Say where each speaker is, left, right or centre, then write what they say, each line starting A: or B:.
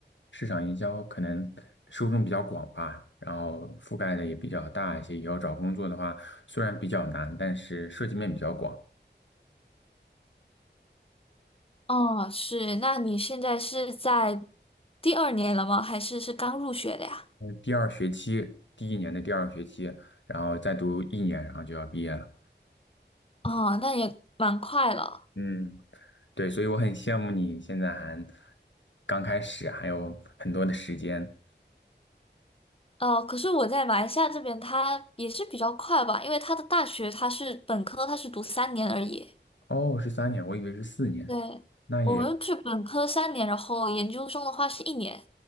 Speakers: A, on the left; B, on the left.
A: 市场营销可能受众比较广吧，然后覆盖的也比较大一些。以后找工作的话，虽然比较难，但是涉及面比较广。
B: 哦，是，那你现在是在第二年了吗？还是是刚入学的呀？
A: 第二学期，第一年的第二学期，然后再读一年，然后就要毕业了。
B: 哦，那也蛮快了。
A: 嗯，对，所以我很羡慕你现在还刚开始，还有很多的时间。
B: 呃，可是我在马来西亚这边，它也是比较快吧，因为它的大学它是本科，它是读三年而已。
A: 哦，是三年，我以为是四年，
B: 对，
A: 那也。
B: 我们是本科三年，然后研究生的话是一年，